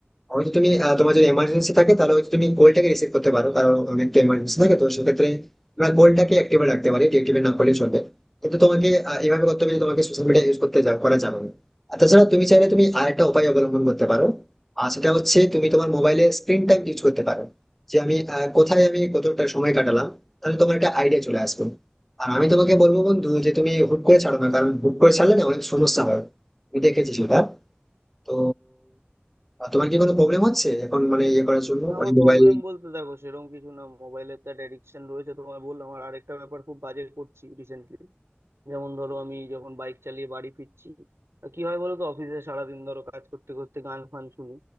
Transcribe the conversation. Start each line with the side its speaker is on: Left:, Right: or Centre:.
Centre: হয়তো তুমি আহ, তোমার যদি এমার্জেন্সি থাকে তাহলে হয়তো তুমি কলটাকে রিসিভ করতে পারো কারণ অনেক তো এমার্জেন্সি থাকে তো সেক্ষেত্রে তোমার কলটাকে অ্যাক্টিভে রাখতে পারি ডিঅ্যাক্টিভেট না করলে চলবে কিন্তু তোমাকে আহ, এভাবে করতে হবে যে তোমাকে সোশ্যাল মিডিয়া ইউজ করতে যা- করা যাবে না আর তাছাড়া তুমি চাইলে তুমি আরেকটা উপায় অবলম্বন করতে পারো আর সেটা হচ্ছে তুমি তোমার মোবাইলে স্ক্রিন টাইম ইউজ করতে পারো যে আমি আহ, কোথায় আমি কতটা সময় কাটালাম তাহলে তোমার একটা আইডিয়া চলে আসবে আর আমি তোমাকে বলবো বন্ধু যে তুমি হুট করে ছাড়ো না কারণ হুট করে ছাড়লে না অনেক সমস্যা হয় আমি দেখেছি সেটা তো আহ, তোমার কি কোনো প্রবলেম হচ্ছে এখন মানে ইয়ে করার জন্য
Right: না আমার
Centre: ওই মোবাইল
Right: প্রবলেম বলতে দেখো সেরকম কিছু না মোবাইলের তো একটা অ্যাডিকশন রয়েছে তোমায় বললাম আর আরেকটা ব্যাপার খুব বাজে করছি রিসেন্টলি যেমন ধরো আমি যখন বাইক চালিয়ে বাড়ি ফিরছি আহ, কি হয় বলো তো অফিসে সারাদিন ধরো কাজ করতে করতে গান ফান শুনি